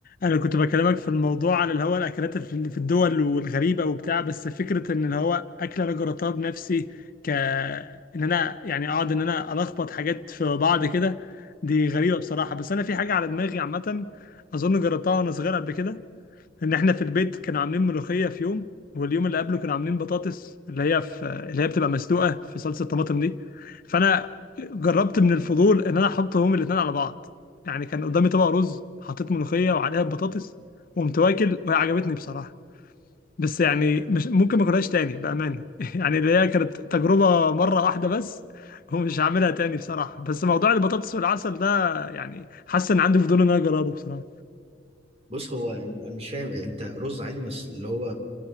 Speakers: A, on the left; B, on the right.
A: انا كنت بكلمك في الموضوع على اللي هو الاكلات اللي في اللي في الدول والغريبه وبتاع بس فكره ان اللي هو اكله انا جربتها بنفسي ك ان انا يعني اقعد ان انا الخبط حاجات في بعض كده دي غريبه بصراحه بس انا في حاجه على دماغي عامه اظن جربتها وانا صغير قبل كده ان احنا في البيت كانوا عاملين ملوخيه في يوم واليوم اللي قبله كانوا عاملين بطاطس اللي هي في اللي هي بتبقى مسلوقه في صلصه طماطم دي فانا جربت من الفضول ان انا احطهم الاثنين على بعض يعني كان قدامي طبق رز حطيت ملوخيه وعليها البطاطس وقمت واكل وهي عجبتني بصراحه بس يعني مش ممكن ما اكلهاش تاني بامانه <laughs> يعني اللي هي كانت تجربه مره واحده بس ومش هعملها تاني بصراحه بس موضوع البطاطس والعسل ده يعني حاسس ان عندي فضول ان انا اجربه بصراحه
B: بص هو أنا مش فاهم أنت رز عادي مس... اللي هو